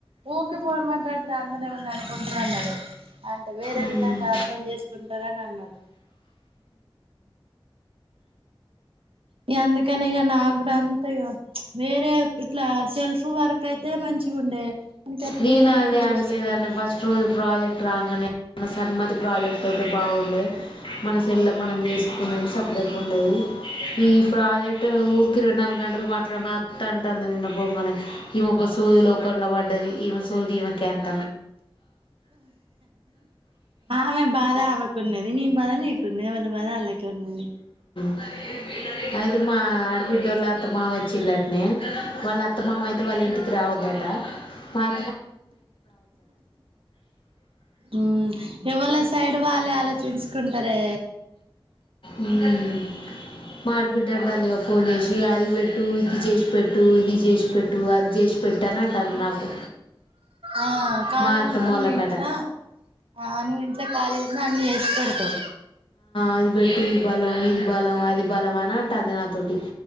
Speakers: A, on the right (about 80°); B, on the left (about 65°).
A: ఊరికే ఫోన్ మాట్లాడితే అందనేమంది అనుకుంటార అన్నాడు అంటే వేరే
B: మ్మ్.
A: విధంగా అర్ధం చేసుకుంటారని అన్నాడు ఇక అందుకని ఇక నా కూడా అంతా ఇ వేరే ఇట్లా సెల్ఫ్ వర్క్ అయితే మంచి ఉండే మనకి ఎప్పుడు
B: నను
A: వీలుంటే అప్పుడు
B: అే అన్లేదా
A: చేసుకున్నాం
B: ఫస్ట్ రోజు పజెక్ట్ రాంగనే మన సన్మతి ప్రాజెక్ట్ అయితే బాగుండే మన సెల్ల మనం చేసుకునే స ఇక్కడకి ఉండది ఈ ప్రాజెక్ట్ ఊరికి రెండు నాలుగు గంటలు మాట్లామ అంత అంటుంది నిన్న బొమ్మని ఈ మొక సూర్య లోకంలో పట్ ది ఈమ సౌది ఈమ కంట
A: ఆమె బాధ అవ్వకునేది నీ బాధ న కొ వా బద అలాగవరి మల్
B: అబ్బే లేదండి. అది మా అడ్ బిడ్డోల అత్త, మామ వచ్చిల్లట్నే వాళ్ళ ఆ త్త మామయితే వాళ్ళ ఇంటికి రావద్దటా. మా ఆ
A: ఉమ్ ఎవళ సైడ్ వాళ్లే ఆలోచించుకుంటారే.
B: ఉమ్ మా ఆడబిడ్డంటందిగా. ఫోన్ చేసి అది పెట్టు, ఇది చేసి పెట్టు, ఇది చేసి పెట్టు, అది చేసి పెట్. టన్ అంటంద్ నాకు
A: ఆ ఖాళీగున్నవ్
B: మా అత్తమ్మ వాళ్ళకట
A: నువ్వు ఇంట్ల. ఆ నువ్ ఇంట్ల ఖాళీగున్నా. వ్ ఎస్ పెడ్తావ్
B: అది పెట్టి ఈ బలం, ఇది బలం, అది బలం, అని అంటది. నాతోటి